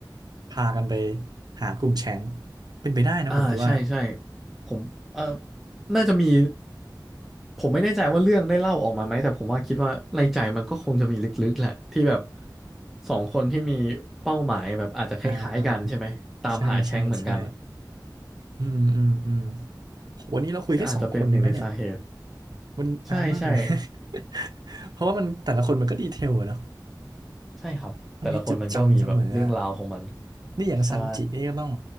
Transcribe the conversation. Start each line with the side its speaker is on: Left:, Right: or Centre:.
Right: พากันไปหากลุ่มแชงก์เป็นไปได้นะผมคิดว่า
Centre: อ่าใช่ใช่ผมเออน่าจะมีผมไม่แน่ใจว่าเรื่องได้เล่าออกมาไหมแต่ผมว่าคิดว่าในใจมันก็คงจะมีลึกๆแหละที่แบบสองคนที่มีเป้าหมายแบบอาจจะคล้ายๆกันใช่ไหมตามหาแชงเหมือนกัน
Right: อ่าอ่าใช่ใช่ใช่อืมอืมอืมโหวันนี้เราคุยแค่สองคนเองแล้วเนี่ย
Centre: ก็อาจจะเป็นหนึ่งในสาเหตุ
Right: มันนานมากเลยนะ
Centre: ใช่ใช่
Right: <laughs> เพราะว่ามันแต่ละคนมันก็ดีเทลอะเนาะ
Centre: ใช่ครับแต่ละคนมันก็มีแบบเรื่องราวของมัน
Right: มันมีจุดจำเสมออะนี่อย่างซันจินี่ก็ต้อง
Centre: ใช่